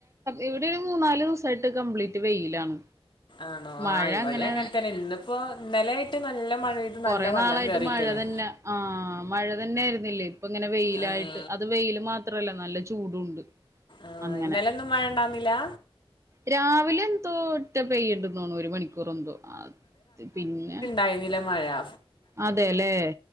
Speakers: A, on the right; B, on the left.
A: ഇവിടെ ഒരു മൂന്നാലിസായിട്ട് കംപ്ലീറ്റ് വെയിലാണ്
B: ആണോ
A: മഴ
B: ആ ഇവിടെ
A: അങ്ങനെ
B: അങ്ങൻതന്നെ ഇന്നിപ്പോ ഇന്നലെ ആയിട്ട് നല്ല മഴ
A: കൊറെ
B: നല്ല വെള്ളം
A: നാളായിട്ട്
B: കേറിക്കണ്
A: മഴതന്നെ ആ മഴ തന്നൊയിരുന്നില്ലേ ഇപ്പിങ്ങനെ വെയിലായിട്ട്
B: ആഹ്
A: അത് വെയില് മാത്രല്ല നല്ല ചൂടുണ്ട്
B: ആഹ്
A: അങ്ങനെ
B: ഇന്നലൊന്നും മഴണ്ടാന്നില്ലാ
A: രാവിലെ എന്തോ ഒറ്റ പെയ്യണ്ടുന്നോ ഒരുമണിക്കൂറെന്തോ അത് പിന്നാ
B: കഴിന്നില്ലേ മഴാ
A: അതെല്ലേ